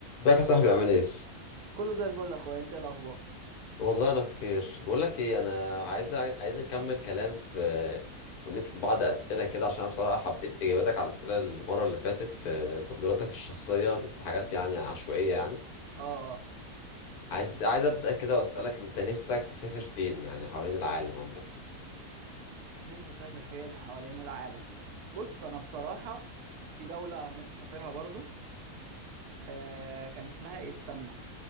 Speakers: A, on the left; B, on the right.
A: ازيك يا صاحبي عامل ايه؟
B: كله زي الفل يا اخويا انت إيه الاخبار
A: والله انا بخير بقول لك ايه انا عايز عايز نكمل كلام في ونسأل بعض اسئله كده عشان انا بصراحه حبيت اجاباتك على الاسئله المره اللي فاتت في تفضيلاتك الشخصيه في حاجات يعني عشوائيه يعني
B: اه اه
A: فعايز عايز ابدا كده واسالك انت نفسك تسافر فين يعني حوالين العالم عامه
B: نفسي اسافر فين حوالين العالم بص انا بصراحه في دوله نفسي اسافرها برضو آه كان اسمها إيه؟ استنى